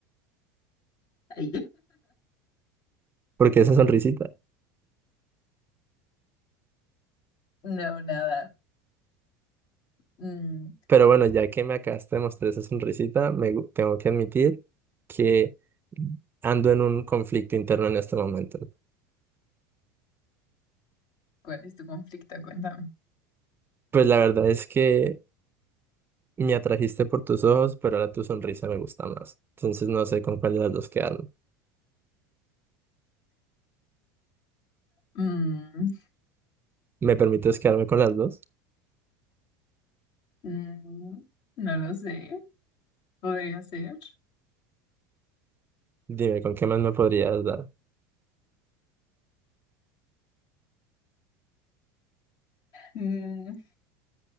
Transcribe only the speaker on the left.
Ay,
No, nada. Mm,
¿cuál es tu conflicto? Cuéntame.
Mm,
mm, no lo sé. Podría ser.
Mm,